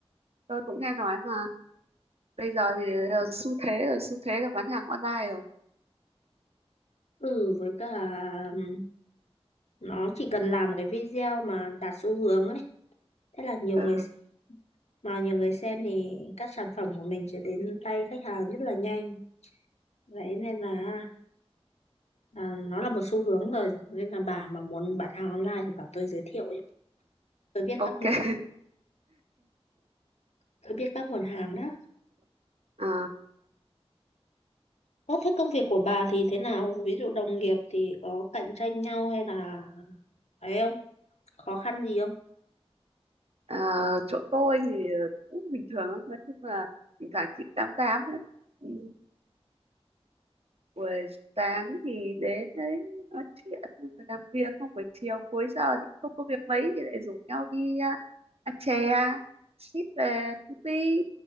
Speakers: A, on the right (about 70°); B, on the left (about 90°).
A: tôi cũng nghe nói mà bây giờ thì à, xu thế rồi xu thế là bán hàng online rồi
B: ừ với cả ừm, nó chỉ cần làm cái video mà đạt xu hướng ấy thế là nhiều
A: Ờ,
B: người xem. mà nhiều người xem thì các sản phẩm của mình sẽ đến tay khách hàng rất là nhanh vậy nên là à, nó là một xu hướng rồi nên là bà mà muốn bán hàng online thì bảo tôi giới thiệu cho. tôi biết các
A: ok <laughs>
B: tôi biết các nguồn hàng đó
A: Ờ,
B: Ơ thế công việc của bà thì thế nào ví dụ đồng nghiệp thì có cạnh tranh nhau hay là ấy không khó khăn gì không
A: ờ, chỗ tôi thì ờ, cũng bình thường lắm. nói chung là thỉnh thoảng chị tám tám ấy. Ừ, buổi sáng thì đến đấy nói chuyện xong rồi làm việc không buổi chiều cuối giờ thì không có việc mấy thì lại rủ nhau đi à, ăn chè ship về công ty